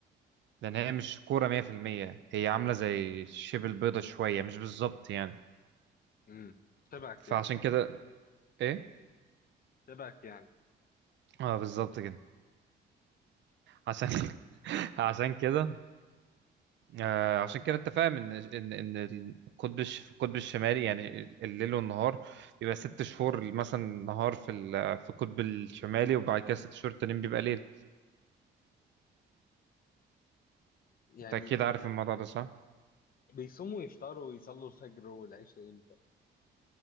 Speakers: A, on the right; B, on the left.
A: لان هي مش كوره 100% هي عامله زي شبه البيضه شويه مش بالظبط يعني
B: امم شبهك
A: فعشان
B: يعني
A: كده ايه
B: شبهك يعني
A: اه بالظبط كده عشان <laughs> عشان كده آه عشان كده انت فاهم ان ان ان القطب الش- في القطب الشمالي يعني الليل والنهار بيبقى ست شهور مثلا نهار في ال- في القطب الشمالي وبعد كده ست شهور التانيين بيبقى ليل
B: يعني
A: انت اكيد عارف
B: انت
A: الموضوع ده صح؟
B: بيصوموا يفطروا ويصلوا الفجر والعشاء امتى